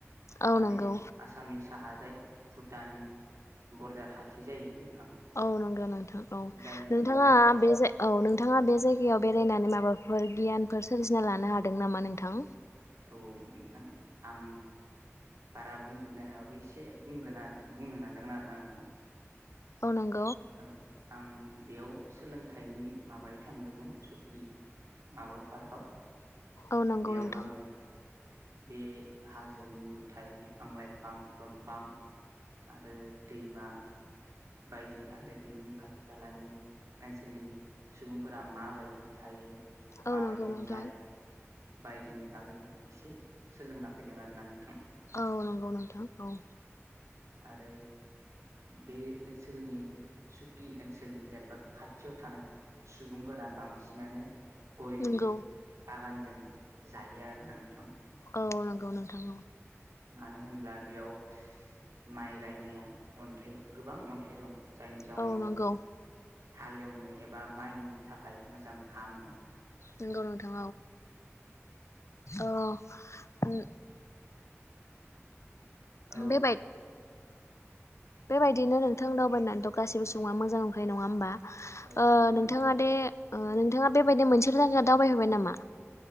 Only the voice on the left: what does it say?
औ
नंगौ
औ नंगौ नोंथां औ
नोंथाङा
बे जा औ नोंथाङा बे जायगायाव बेरायनानै माबाफोर गियानफोर सोरजिना लानो हादों नामा नोंथां?
औ नंगौ।
औ नंगौ
नोंथां
औ
नंगौ नोंथां
औ नंगौ नोंथां औ
नंगौ
औ नंगौ नोंथां
औ नंगौ
नंगौ नोंथां औ
बेबा बेबायदिनो नोंथां दावबायनानै दं गासिबो सुबुङा मोजां नङा होनबा
नोंथाङा दे नोंथाङा बेबायदि मोनसे थाखाया दावबायहोबाय नामा